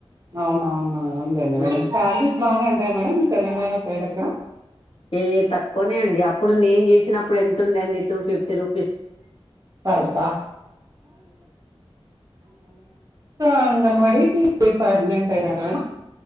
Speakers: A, on the right; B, on the left.
A: అవునా అవునా అ మేడం
B: ఉమ్,
A: సాలరీస్ బాగానే ఉంటాయా మేడం తెలంగాణ సైడ్ ఎక్కడ
B: ఏ తక్కువనే అండి అప్పుడు నేను చేసినప్పుడు ఎంతుండండి టూ ఫిఫ్టీ రూపీస్.
A: ప బ <unintelligible> అంగన్వాడికి టీచర్ గా పర్మనెంట్ అయినారా